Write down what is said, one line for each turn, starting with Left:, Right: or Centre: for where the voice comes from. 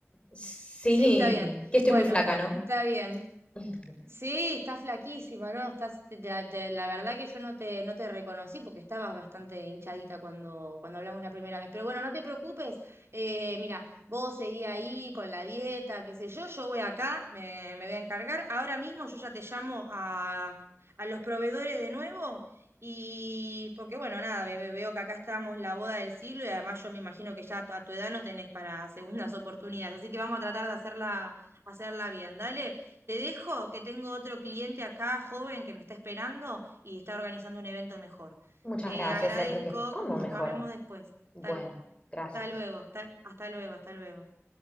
Left: Sí,
Right: Sí, está bien.
Left: que estoy
Right: Bueno,
Left: muy flaca, ¿no?
Right: está bien.
Left: <laughs>
Right: Sí, estás flaquísima, ¿no? Estás, te- te- te- la verdad que yo no te, no te reconocí porque estabas bastante hinchadita cuando, cuando hablamos la primera vez. Pero bueno, no te preocupes. eh, mira, vos seguí ahí con la dieta, qué sé yo. Yo voy acá, me, me voy a encargar. Ahora mismo yo ya te llamo a, a los proveedores de nuevo. Y porque bueno, nada, ve- ve- veo que acá estamos la boda del siglo y además yo me imagino que ya a tu a tu edad no tenés para segundas <laughs> oportunidades. Así que vamos a tratar de hacerla, hacerla bien, dale. Te dejo que tengo otro cliente acá, joven, que me está esperando y está organizando un evento mejor.
Left: Muchas
Right: Te
Left: gracias,
Right: agradezco,
Left: Enrique. ¿Cómo
Right: nos
Left: mejor?
Right: hablamos después.
Left: Bueno,
Right: Tal,
Left: gracias.
Right: hasta luego, hasta hasta luego, hasta luego.